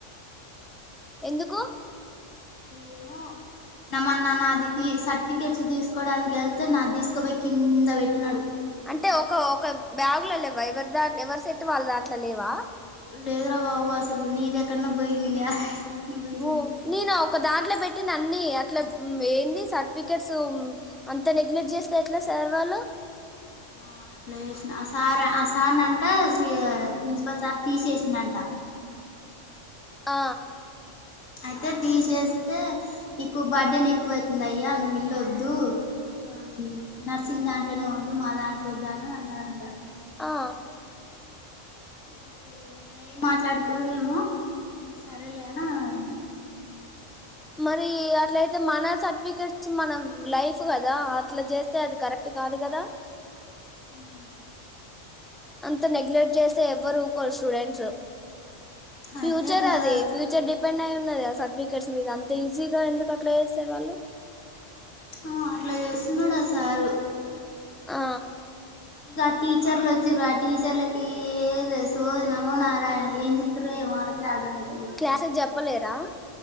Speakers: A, in the centre; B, on the left.
A: ఎందుకు
B: ఏమో నామన్న నాది సర్టిఫికేట్స్ తీసుకోవడానికి వెళ్తే నా తీసుకుపోయి కింద పెట్టినాడు
A: అంటే ఒక ఒక బ్యాగు్ లో లేవా ఎవరి దా ఎవరి సెట్టు వాళ్ళ దాంట్లో లేవా
B: లేదురా బాబు అసలు నీ ఇది ఎక్కడన పోయింది పోయింది
A: ఓ నెనా ఒక దాంట్లో పెట్ అే అన్న అట్లా ఏంది సర్టిఫికెట్స్ అంత నెగ్లెక్ట్ చేస్తా ఎట్లా సార్ వాళ్ళు
B: ఆ అట్లేచేసిన అసార్ అ శీ ప్రిన్సిపల్ సార్ తీసేసిందంట
A: అ
B: అయితే టీ చేస్తే నీకు బర్త్డే ఎక్కువ అవుతుంది అయ్యా నువ్వు ఇల్లొద్దు ఆ నర్సింగ్ దాంట్లోనే ఉండు మా దాంట్లో వద్దా అని అన్నాదంట
A: ఆ
B: అయితే ఇంక మాట్లాడుకురు ఏమో సరేలే అన్నాడు.
A: మరి అట్లయితే మన సర్టిఫికెట్స్ మన లైఫ్ కదా అట్లా చేస్తే అది కరెక్ట్ కరెక్ట్ కాదు కదా
B: హ్మ్
A: అంత నెగ్లెక్ట్ చేసే ఎవ్వరు స్టూడెంట్స్ ఫ్యూచర్
B: అదే కదా
A: అది ఫ్యూచర్ డే డిపెండ్ అయి ఉన్నది ఆ సర్టిఫికెట్స్ మీద అంత ఈజీగా ఎందుకు అట్లా చేస్తారు వాళ్ళు
B: ఆ అట్లా చేస్తున్నాడు ఆ సారు
A: ఆ
B: ఇక ఆ టీచర్లు వచ్చిరు ఆ టీచర్ల ఏం లేదు సోది నమోనారాయణ ఏంచెప్తరో ఏమో వాళ్ళకే అర్ధం అయి
A: క్లాసెస్ చెప్పలేరా